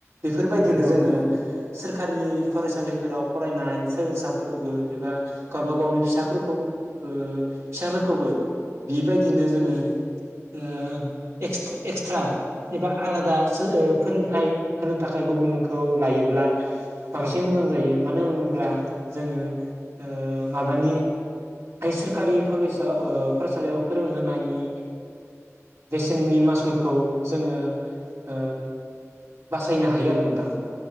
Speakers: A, on the right; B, on the right.
A: बेफोरबायदिनो
B: नंगौ
A: जोङो
B: नंगौ
A: सोर सरखारि फरायसालिफोराव फरायनाय सोलोंसाफोरखौबो एबा गावबा गावनि फिसाफोरखौ फिसाफोरखौबो बिबायदिनो जोङो ओ एक्सट्रा एक्सट्रा एबा आलादा फोरोंथाइ होनो थाखाय गुबुनखौ लायोब्ला बांसिन
B: औ
A: मोजां जायो मानो होनब्ला जोङो ओ माबानि सोरखारि कलेजाव ओ फरायसालियाव फोरोंहोनायनि बेसेननि मासुलखौ जोङो ओ बासायनो हायो आरो नोंथां